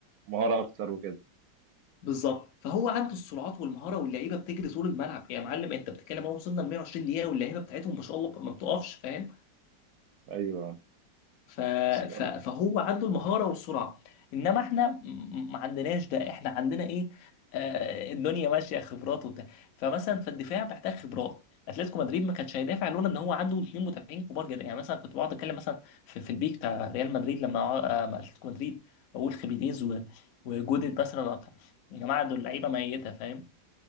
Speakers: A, on the right; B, on the left.
A: مهاره اكتر وكده
B: بالظبط فهو عنده السرعات والمهاره واللعيبه بتجري طول الملعب يا معلم انت بتتكلم اهو وصلنا ل 120 دقيقه واللعيبه بتاعتهم ما شاء الله ما بتقفش فاهم
A: ايوه
B: ف...
A: سلام.
B: ف... فهو عنده المهارة والسرعة انما احنا م- ما عندناش ده احنا عندنا ايه آه الدنيا ماشية خبرات وبتاع فمثلا في الدفاع محتاج خبرات اتلتيكو مدريد ما كانش هيدافع لولا ان هو عنده اثنين مدافعين كبار جدا يعني مثلا كنت بقعد اتكلم مثلا في, في البيك بتاع ريال مدريد لما آه مع اتلتيكو مدريد اقول خيمينيز و... وجودت مثلا وبتاع. يا جماعة دول لعيبة ميتة فاهم